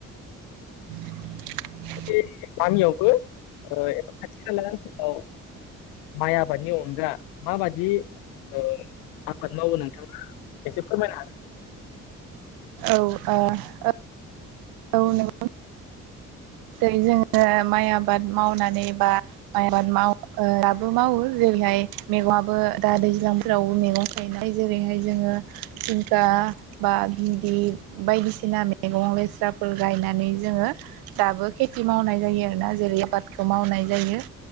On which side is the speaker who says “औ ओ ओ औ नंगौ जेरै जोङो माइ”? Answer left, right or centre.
Right